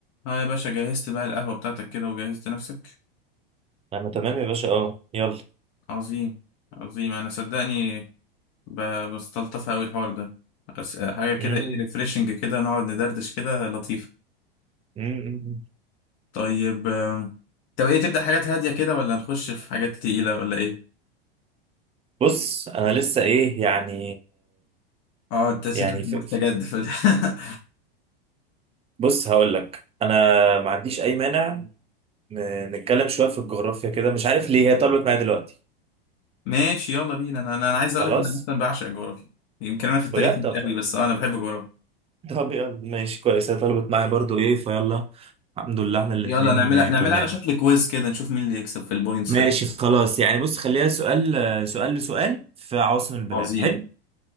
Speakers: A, on the left; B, on the right.
A: اه يا باشا جهزت بقى القهوة بتاعتك كده وجهزت نفسك
B: انا تمام يا باشا اه يلا
A: عظيم عظيم انا صدقني ب- بستلطف اوي الحوار ده بس حاجة كده
B: مم.
A: ايه ريفريشنج كده نقعد ندردش كده لطيفة
B: مم.
A: طيب آم، طب ايه تبدأ حاجات هادية كده ولا نخش في حاجات تقيلة ولا ايه
B: بص انا لسه ايه يعني
A: اه انت شكلك
B: يعني ف...
A: مستجد
B: ف-
A: في ال- <laughs>
B: بص هقول لك انا ما عنديش اي مانع ن- نتكلم شويه في الجغرافيا كده مش عارف ليه هي طلبت معايا دلوقتي
A: ماشي يلا بينا انا انا أنا عايز اقولك
B: خلاص
A: انا مثلا بعشق الجغرافيا يمكن انا في التاريخ
B: بجد
A: مش
B: طب خ-
A: قوي بس اه انا بحب الجغرافيا
B: طب يلا ماشي كويس هي طلبت معايا برضو ايه فيلا الحمد لله احنا الاتنين
A: يلا نعملها
B: آه،
A: نعملها
B: تمام
A: على شكل كويز كده نشوف مين اللي يكسب في البوينتس
B: ماشي
A: في الآخر.
B: خلاص يعني بص خليها سؤال آه، سؤال لسؤال في عواصم البلاد
A: عظيم
B: حلو